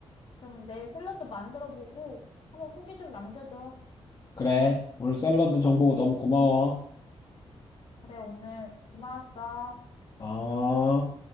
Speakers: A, on the left (about 55°); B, on the left (about 35°).
A: 그러면 내일 샐러드 만들어보고 한번 후기 좀 남겨줘.
B: 그래. 오늘 샐러드 정보 너무 고마워.
A: 그래, 오늘 고마웠어.
B: 어.